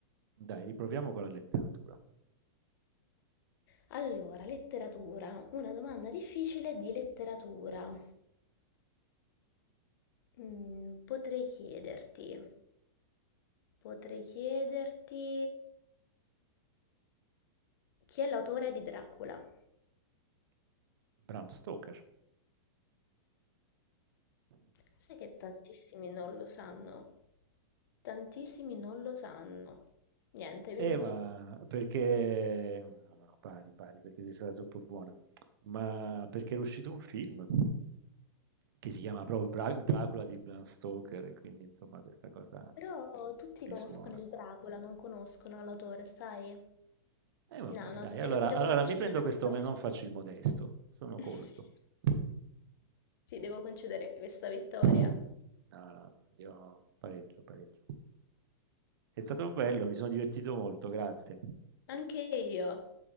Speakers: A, on the right; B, on the left.
A: Dai, riproviamo con la letteratura.
B: Allora, letteratura, una domanda difficile di letteratura. Mm, potrei chiederti, potrei chiederti chi è l'autore di Dracula.
A: Bram Stoker.
B: Sai che tantissimi non lo sanno. Tantissimi non lo sanno. Niente, hai vinto
A: Eh, ma
B: tu.
A: perché no, no, pari, pari, perché sei stata troppo buona. Ma perché era uscito un film che si chiama proprio Bra- Dracula di Bram Stoker, e quindi insomma questa cosa
B: Però tutti
A: risuona.
B: conoscono il Dracula, non conoscono l'autore, sai?
A: E vabbè,
B: No, no,
A: dai,
B: ti devo
A: allora,
B: ti devo
A: allora
B: concedere
A: mi prendo
B: la
A: questo,
B: vittoria.
A: ma non faccio il modesto, sono colto.
B: <laughs>
A: <laughs>
B: Ti devo concedere questa vittoria.
A: No, no, no, io pareggio, pareggio. È stato bello, mi sono divertito molto, grazie.
B: Anche io.